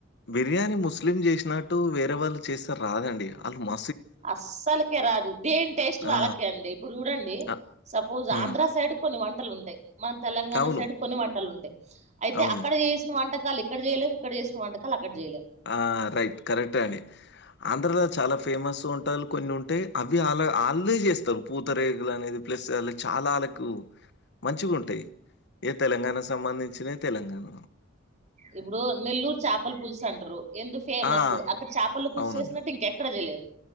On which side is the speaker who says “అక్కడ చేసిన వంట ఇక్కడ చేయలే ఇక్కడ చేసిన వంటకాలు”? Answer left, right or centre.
Right